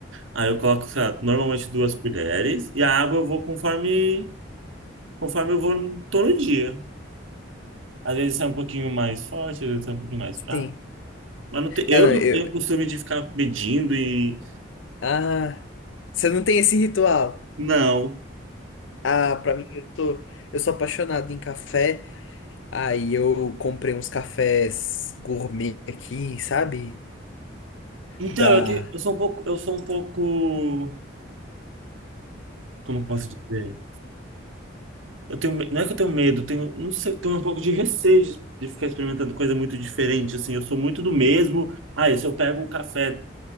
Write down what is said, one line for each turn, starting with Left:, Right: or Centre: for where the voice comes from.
Right: Aí eu coloco, sei lá, normalmente duas colheres, e a água eu vou conforme, conforme eu vou todo dia. Às vezes sai um pouquinho mais forte, às vezes sai um pouquinho mais
Left: Sim.
Right: fraco. Mas não tem- eu
Left: Ah, não,
Right: não
Left: eu...
Right: tenho costume de ficar medindo e.
Left: Ah, você não tem esse ritual?
Right: Não.
Left: Ah, pra mim, eu sou... Eu sou apaixonado em café, aí eu comprei uns cafés gourmet aqui, sabe?
Right: Então,
Left: Da.
Right: eu, tenho- eu sou um pouco, eu sou um pouco é, como eu posso dizer? Eu tenho, me- não é que eu tenho medo, eu tenho, não sei, eu tenho um pouco de receio de, de ficar experimentando coisa muito diferente, assim, eu sou muito do mesmo. Ah, se eu pego um café